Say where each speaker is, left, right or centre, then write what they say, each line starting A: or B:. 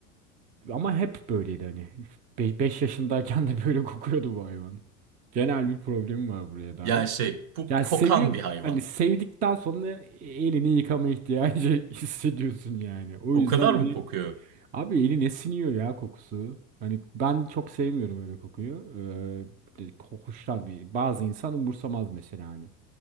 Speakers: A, on the right; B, on the right.
A: ama hep böyleydi hani. beş yaşındayken de böyle kokuyordu bu hayvan. Genel bir problemi var buraya dair.
B: Yani şey bu
A: Yani
B: kokan
A: seviyor
B: bir hayvan.
A: hani sevdikten sonra elini yıkama ihtiyacı <laughs> hissediyorsun yani. O
B: O
A: yüzden
B: kadar
A: hani
B: mı kokuyor?
A: abi eline siniyor ya kokusu. Hani ben çok sevmiyorum öyle kokuyu. Ee, hoştan bir bazı insan umursamaz mesela hani